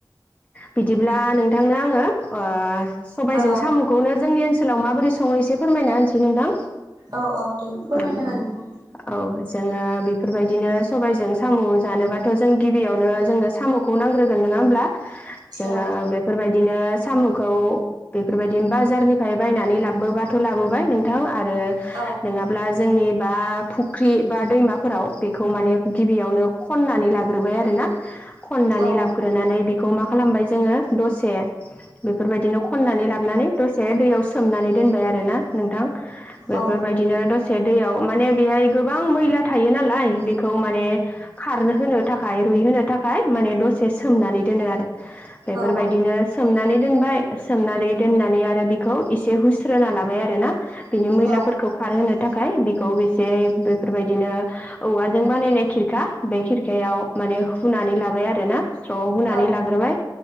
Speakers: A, on the left; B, on the right.
A: बिदिब्ला नोंथांनो आङो ओ सबायजों
B: ओ
A: साम'खौनो जोंनि ओनसोलाव माबोरै सङो एसे फोरमायना होनोसै नोंथां।
B: औ औ दे फोरमायना
A: ओ
B: हो नोंथां
A: ओ ओ ज जोङो बेफोरबायदिनो सबायजों साम' जानोबाथ' जों गिबियावनो जोंनो साम'खौ नांग्रोगोन नोङा होमब्ला जोङो
B: औ
A: बेफोरबायदिनोस साम'खौ बेफोरबायदिनो बाजारनिफ्राय बायनानै लाबबोबाथ' लाबोबाय नोंथ थां आरो
B: औ
A: नोङाब्ला जोंनि बा फुख्रि बा दैमाफोराव बेखौ माने गिबियावनो खननानै लाग ग्रोबाय आरोना खननानै
B: औ
A: लाबग्रोनानै बेख खौ मा खालामबाय जोङो दसे बेफोरबायदिनो खननानै लाबनानै दसे दैयाव सोमनानै दो दोनबाय आरोना नोंथां बेफोरबायदिनो
B: औ
A: दसे दैयाव माने बेहाय गोबां मैला थायो नालाय बेखौ माने खारनो होनो थाखाय रुइ होनोनो थाखाय माने दसे सोमनानै दोनो आरो बेफोरबायदिनो
B: औ
A: सोमनानै दोनबाय सोमनानै दोननानै आरो बिखौ एसे हुस्रोना लाबाय आरो ना बिनि मैलाफोरखौ
B: औ
A: खारहोनो था खाम बेखौ बेसे बेफोरबायदिनो औवाजों बानायनाय खिरखा बे खिर खायाव माने हुानै लाबाय आरोना स्र' हुानै
B: औ
A: लाग्रोबाय।